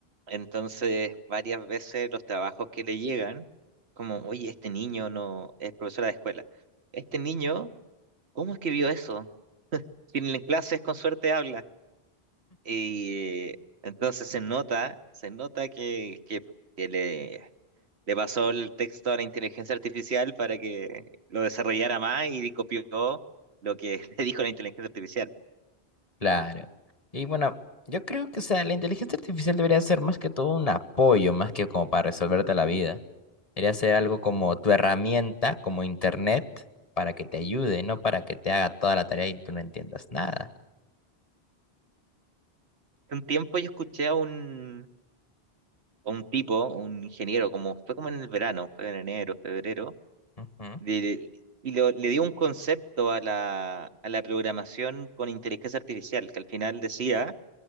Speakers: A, on the right; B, on the left.
A: entonces varias veces los trabajos que le llegan, como, oye, este niño no es profesora de escuela. Este niño, ¿cómo escribió eso? Si en clases con suerte habla. Y eh, entonces se nota, se nota que, que, que le, le pasó el texto a la inteligencia artificial para que lo desarrollara más y copió lo que <laughs> le dijo la inteligencia artificial.
B: claro. Y bueno, yo creo que, o sea, la inteligencia artificial debería ser más que todo un apoyo, más que como para resolverte la vida. Debería ser algo como tu herramienta, como internet, para que te ayude, no para que te haga toda la tarea y tú no entiendas nada.
A: Hace Un tiempo yo escuché a un, a un tipo, un ingeniero, como fue como en el verano, fue en enero, febrero,
B: Ujú.
A: de- y lo- le dio un concepto a la, a la programación con inteligencia artificial, que al final decía